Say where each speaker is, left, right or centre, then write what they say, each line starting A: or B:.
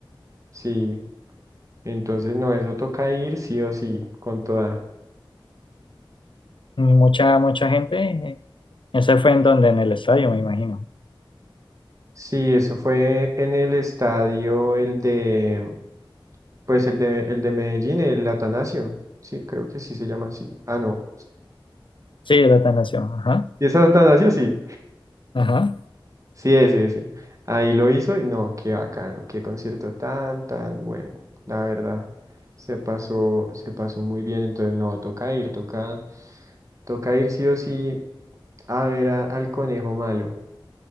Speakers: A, on the right; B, on the left.
A: Sí, entonces no, eso toca ir sí o sí, con toda.
B: Mucha, mucha gente. Ese fue en donde, en el estadio, me imagino.
A: Sí, eso fue en el estadio, el de, pues el de, el de Medellín, el Atanasio. Sí, creo que sí se llama así. Ah, no.
B: Sí, el Atanasio. Ajá,
A: ¿Y es Atanasio? Sí.
B: ajá.
A: Sí, ese, ese. Ahí lo hizo y no, qué bacano, qué concierto tan, tan bueno. La verdad, se pasó, se pasó muy bien. Entonces, no, toca ir, toca, toca ir sí o sí a ver a- al conejo malo.